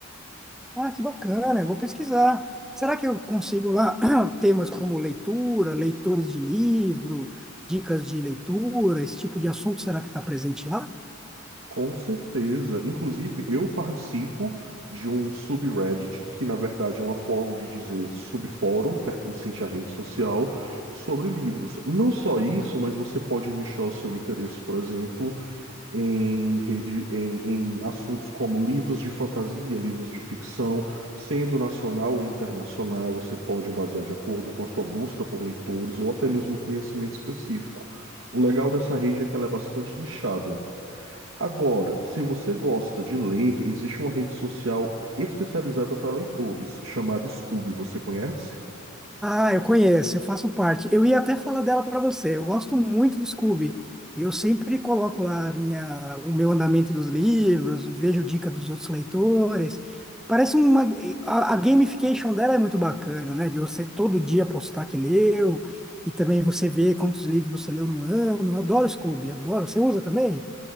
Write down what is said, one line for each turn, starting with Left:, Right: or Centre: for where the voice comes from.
Centre: Ah, que bacana, eu vou pesquisar. Será que eu consigo lá <clears throat> temas como leitura, leitores de livro, dicas de leitura, esse tipo de assunto, será que está presente lá?
Right: Com certeza. Inclusive, eu participo de um subreddit, que na verdade é uma forma de dizer subfórum, pertencente à rede social, sobre livros. Não só isso, mas você pode nichar o seu interesse, por exemplo, em rede, em, em assuntos como livros de fantasia, livros de ficção, sendo nacional ou internacional, você pode basear de acordo com a sua busca por leitores ou até mesmo conhecimento específico. O legal dessa rede é que ela é bastante nichada. Agora, se você gosta de ler, existe uma rede social especializada para leitores, chamada Scoob, você conhece?
Centre: Ah, eu conheço, eu faço parte. Eu ia até falar dela para você. Eu gosto muito do Scooby. Eu sempre coloco lá a minha, o meu andamento dos livros, vejo dica dos outros leitores. Parece uma. A, a gamification dela é muito bacana, né? De você todo dia postar que leu, e também você ver quantos livros você leu no ano. Eu adoro Scooby, adoro. Você usa também?